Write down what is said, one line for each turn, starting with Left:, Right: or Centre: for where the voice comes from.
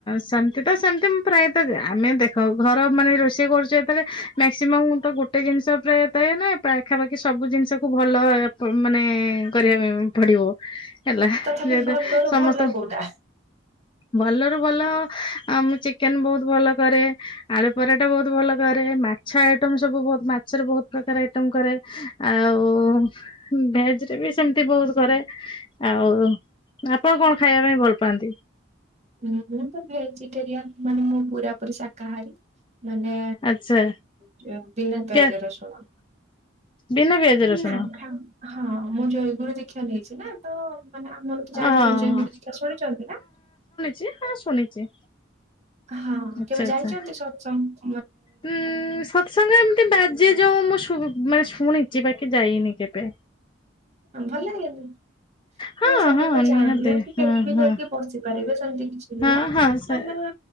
Left: ସେମତି ତ ସେମତି ପ୍ରାୟତଃ ଆମେ ଦେଖ, ଘର ମାନେ ରୋଷେଇ କରୁଛେ ଯେତେବେଳେ ମାକ୍ସିମମ୍ ତ ଗୋଟେ ଜିନିଷ ପ୍ରାୟ ପାଏନା, ପାଖାପାଖି ସବୁ ଜିନିଷ କୁ ଭଲ ତୁ ମାନେ କରିବା ପାଇଁ ପଡ଼ିବ। ହେଲା,
Right: ତଥାପି
Left: ଯେହେତୁ
Right: ଭଲରୁ
Left: ସମସ୍ତ
Right: ଭଲ କୋଉଟା?
Left: ଭଲରୁୁ ଭଲ। ଆଉ ମୁଁ ଚିକେନ ବହୁତ ଭଲ କରେ। ଆଳୁ ପରଟା ବହୁତ ଭଲ କରେ, ମାଛ ଆଇଟମ୍ ସବୁ ବହୁତ ମାଛରେ ବହୁତ ପ୍ରକାର ଆଇଟମ କରେ। ଆଉ ଭେଜ ରେ ବି ସେମିତି ବହୁତ କରେ। ଆଉ ଆପଣ କଣ ଖାଇବା ପାଇଁ ଭଲ ପାଆନ୍ତି?
Right: ମୁଁ ତ ଭେଜିଟେରିୟନ ମାନେ ମୁଁ ପୁରାପୁରି ଶାକାହାରୀ। ମାନେ
Left: ଆଚ୍ଛା
Right: ବିନା ପିଆଜ
Left: ପିଆ
Right: ରସୁଣ।
Left: ବିନା ପିଆଜ ରସୁଣ
Right: ନା ଖା ହଁ ମୁଁ ଜୟଗୁରୁ ଦୀକ୍ଷା ନେଇଛି ନା ତ ମାନେ ଆମର ତ ଜାଣିଥିବ
Left: ଓହୋ
Right: ଜୟ ଗୁରୁ ଦୀକ୍ଷା ଶୁଣିଛନ୍ତି ନା।
Left: ଜି ହଁ ଶୁଣିଛି।
Right: ହଁ
Left: ଆଚ୍ଛା
Right: କେବେ
Left: ଆଚ୍ଛା
Right: ଯାଇଛନ୍ତି ସତ୍ସଙ୍ଗ?
Left: ଉଁ ସତ୍ସଙ୍ଗ ଏମିତି ବାଜେ ଯୋଉ ମୁଁ ମାନେ ଶୁଣିଚି ବାକି ଯାଇନି କେବେ?
Right: <unintelligible>
Left: ହଁ
Right: ନାଇଁ ସମସ୍ତେ
Left: ହଁ
Right: ଚାହାନ୍ତି
Left: ନିହାତି
Right: ଏମତି
Left: ହଁ
Right: କେହି ବି
Left: ହଁ
Right: ଯାଇକି ବସିପାରିବେ ସେମିତି କିଛି
Left: ହଁ
Right: ନୁହଁ।
Left: ହଁ ସେ
Right: ମାନେ